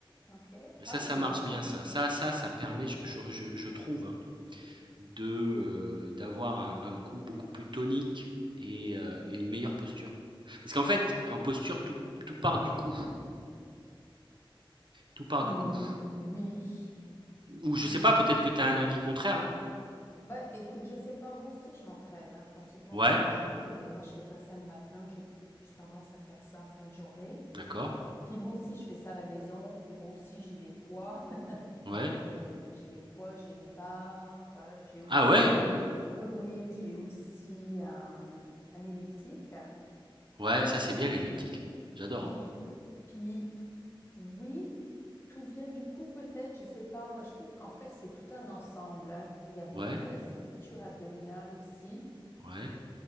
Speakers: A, on the left (about 25°); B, on the right (about 60°).
A: OK.
B: mais ça,
A: Ah,
B: ça
A: ben
B: marche
A: écoute.
B: bien ça. Ça ça ça permet je je je je trouve, hein. de, heu, d'avoir un un cou beaucoup plus tonique et heu et une meilleure posture. Parce qu'en fait,
A: hein.
B: en posture, tout tout part du cou, tout part
A: Ou-
B: du cou.
A: Oui.
B: Ou
A: Hmm.
B: je sais pas, peut-être que tu as un avis contraire, hein?
A: Ben écoute, je sais pas. Moi aussi, je m'entraîne hein, pratiquement
B: Ouais,
A: tous les jours, mais moi, je fais pas ça le matin. J'ai plus tendance à faire ça en fin de journée.
B: d'accord,
A: Puis moi aussi, je fais ça à la maison. Puis moi aussi, j'ai des poids. <laughs>
B: ouais.
A: Et, euh, j'ai des poids, j'ai une barre. euh, j'ai aussi.
B: Ah ouais?
A: Oui, oui, j'ai aussi euh, un elliptique.
B: Ouais, ça, c'est bien l'elliptique. J'adore.
A: Oui, puis oui, tout vient du coup peut-être, je sais pas. Moi, je trouve qu'en fait, c'est tout un ensemble, hein. Il y a beaucoup
B: Ouais,
A: la ceinture abdominale aussi,
B: ouais,